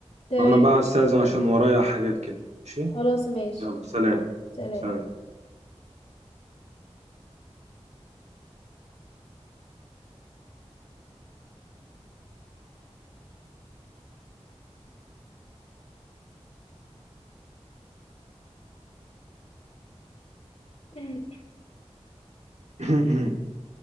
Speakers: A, on the left; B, on the right.
A: تمام
B: وانا بقى استاذن عشان ورايا حاجات كده ماشي
A: خلاص ماشي
B: يلا سلام
A: سلام
B: سلام
A: <laughs>
B: <clears throat>